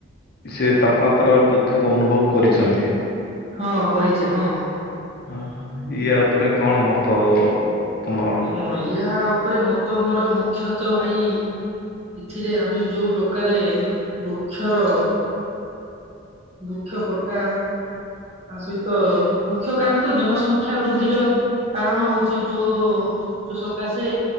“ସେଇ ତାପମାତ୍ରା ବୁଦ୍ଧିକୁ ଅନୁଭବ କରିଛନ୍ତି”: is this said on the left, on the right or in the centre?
Left